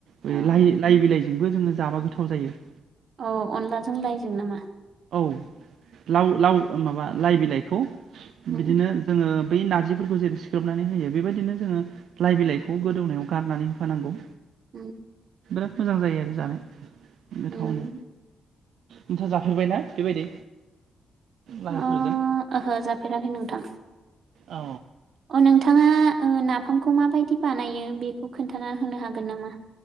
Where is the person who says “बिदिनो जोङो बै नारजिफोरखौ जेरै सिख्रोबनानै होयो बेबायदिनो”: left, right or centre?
Right